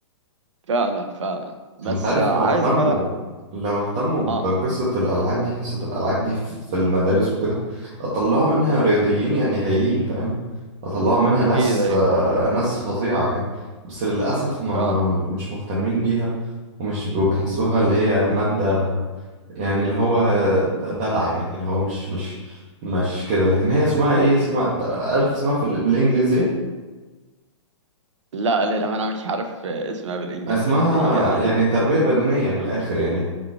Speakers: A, on the right; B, on the right.
A: فعلا فعلا بس
B: انت عارف
A: عايز
B: لو اهتموا
A: بقى
B: لو اهتموا
A: آه
B: بقصة الألعاب دي حصة الألعاب دي في في المدارس وكده طلعوا منها رياضيين يعني هايلين فاهم طلعوا منها ناس
A: أكيد أيوه
B: آه، ناس فظيعة يعني بس للأسف ما
A: فعلا
B: مش مهتمين بيها ومش وبيحسوها اللي هي مادة يعني اللي هو دلع يعني اللي هو مش مش مش كده لكن هي اسمها ايه اسمها انت عارف اسمها في ال- بالإنجليزي
A: لا للأمانة مش عارف اسمها بالإنجلش
B: اسمها
A: يعني
B: يعني تربية بدنية من الآخر يعني